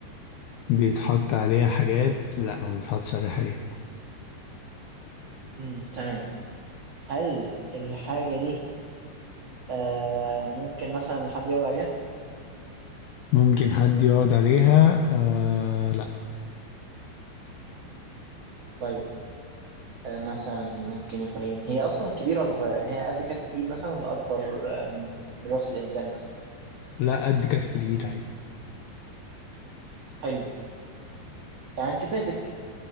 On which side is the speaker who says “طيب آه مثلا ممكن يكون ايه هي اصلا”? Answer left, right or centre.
Right